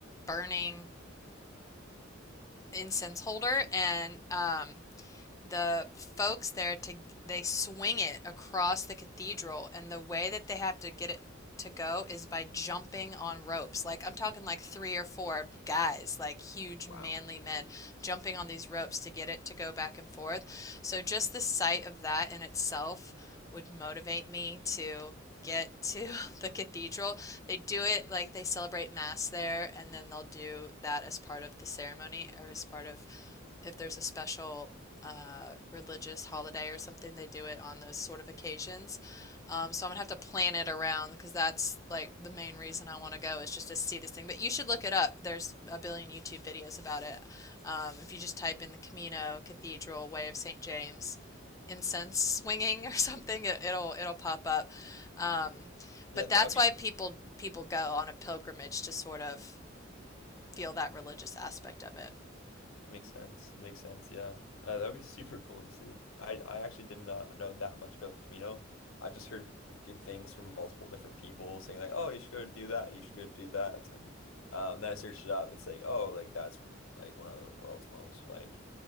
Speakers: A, on the left (about 15°); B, on the left (about 85°).
A: burning incense holder and um the folks there to they swing it across the cathedral and the way that they have to get it to go is by jumping on ropes. Like I'm talking like three or four guys, like huge
B: Wow.
A: manly men jumping on these ropes to get it to go back and forth. So just the sight of that in itself would motivate me to get <laughs> to the cathedral. They do it like they celebrate mass there and then they'll do that as part of the ceremony or as part of if there's a special uh, religious holiday or something. They do it on those sort of occasions. Um, so I'm gonna have to plan it around because that's like the main reason I want to go is just to see this thing. But you should look it up. There's a billion YouTube videos about it. Um, if you just type in the Camino Cathedral Way of St. James incense swinging or <laughs> something, it, it'll it'll pop up. Um,
B: yeah,
A: but
B: that
A: that's
B: would be
A: why people people go on a pilgrimage to sort of feel that religious aspect of it.
B: Makes sense. Makes sense. Yeah. Uh, that'd be super cool to see. I I actually did not know that much about Camino. I've just heard good things from multiple different people saying like, "Oh, you should go do that. You should go do that." And um, then I searched it up. It's like, "Oh, like that's like one of the world's most like